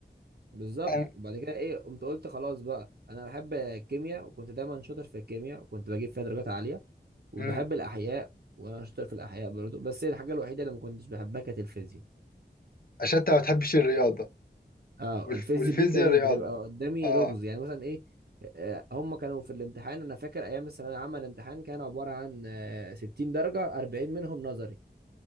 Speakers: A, on the right; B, on the left.
A: بالظبط
B: أنا-
A: وبعد كده ايه قمت قلت خلاص بقى انا بحب الكيمياء وكنت دايما شاطر في الكيمياء وكنت بجيب فيها درجات عاليه وبحب
B: امم
A: الاحياء وانا شاطر في الاحياء برضه بس هي الحاجه الوحيده اللي ما كنتش بحبها كانت الفيزياء
B: عشان انت ما بتحبش الرياضه
A: اه
B: والف...
A: الفيز
B: والفيزياء
A: دي كانت
B: رياضه
A: بتبقى قدامي
B: اه
A: لغز يعني مثلا ايه آه، هم كانوا في الامتحان انا فاكر ايام الثانويه العامه الامتحان كان عباره عن آه، 60 درجه 40 منهم نظري